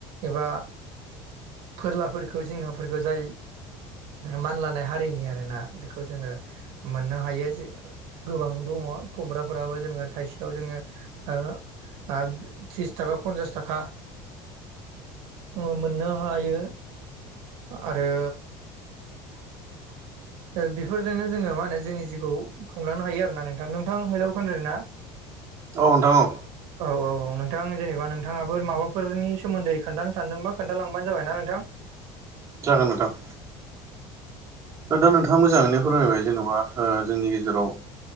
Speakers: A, on the right; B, on the right.
A: एबा फोरलाफोरखौ जिंखाफोरखौ जाय मानलानाय हारिनि आरोना बेखौ जोङो मोननो हायो। जे गोबां दङ खुमब्राफोराबो जोङो थाइसेयाव जोङो आरो त्रिस थाखा पन्सास थाखा जोङो मोननो हायो। आरो
B: <inaudible>
A: बेफोरजोंनो जोङो मा होनो जोंनि जिउखौ खुंलांनो हायो आरोना नोंथां। नोंथां हेलौ खोनादोंना?
B: औ नोंथां औ।
A: औ औ औ नोंथां जेनेबा नोंथाङाबो माबाफोरनि सोमोन्दै खोन्थानो सानदोंबा खोनथा लांबानो जाबायना नोंथां।
B: जागोन नोंथां। दा नोंथाङा मोजाङैनो फोरमायबाय जेन'बा जोंनि गेजेराव